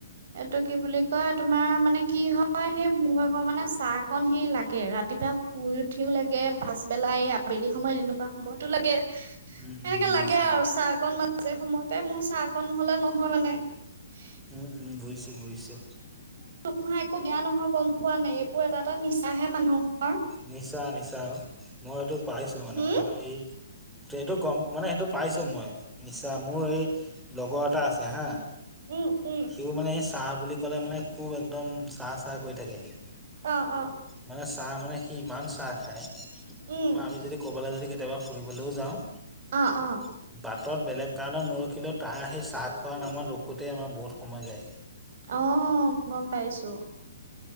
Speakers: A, on the right; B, in the centre.
A: এইটো কি বুলি? কয় তোমাৰ মানে কি হয় সেই মোৰ আগৰ মানে চাহকন সি লাগে ৰাতিপুৱা শুই উঠিও। লাগে পাছবেলাই আবেলি সময় এনেকুৱা সময়তো লাগে। এনেকে
B: উম, উম, বুজিছো
A: লাগে আৰু
B: অ'।
A: চাহ অকণ মাজে সময় পাই মোৰ চাহ অকনহলে নহয় মানে। <inaudible>
B: উম উম বুজিছোঁ বুজিছো।
A: খা একো বেয়া নহয় গম পোৱা নাই এইবোৰ এটা এটা নিচাহে মানুহৰ।
B: নিচা নিচা মই এইটো পাইছো মানে
A: হম
B: মই এই এইটো গম মানে সেইটো পাইছো মই নিশ্চয় মোৰ এই লগৰ এটা আছে হা
A: উম উম
B: সিও মানে চাহ বুলি ক'লে মানে খুব একদম চাহ চাহ কৰি থাকে সি
A: অ অ
B: মানে চাহ মানে সি ইমান চাহ খায়
A: উম
B: তোমাৰ আমি যদি ক'বলৈ যদি কেতিয়াবা ফুৰিবলৈও যাওঁ
A: অ অ
B: বাটত বেলেগ কাৰণ নৰখিলৈও তাৰ সেই চাহ খোৱাৰ নামত ৰখোতেই আমাৰ বহুত সময় যায়গৈ
A: আহ গম পাইছো